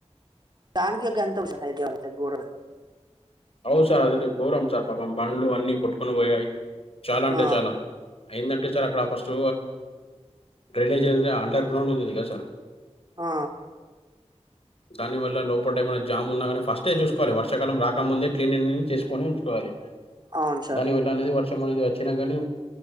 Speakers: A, on the right; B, on the left.
A: దానికే గంత <unintelligible> హైదరాబాద్ల గోరమే
B: అవు సార్ అదైతే ఘోరం సార్ పాపం బండ్లు అన్ని కొట్టుకొని పోయాయి. చాలా అంటే
A: ఆ,
B: చాలా అయిందంటే చాల్ అక్కడ ఫస్ట్ డ్రైనేజ్ అనేది అండర్ గ్రౌండ్ ఉండింది కదా సార్
A: ఆ
B: దాని వల్ల లోపట ఏమన్న జామ్ ఉన్నా గని ఫస్టే చూస్కోవాలె వర్షకాలం రాకముందే క్లీనిన్ చేస్కొని ఉంచుకోవాలి.
A: అవును సార్
B: దానివల్ల అనేది వ ర్షం అనేది వచ్చినా కాని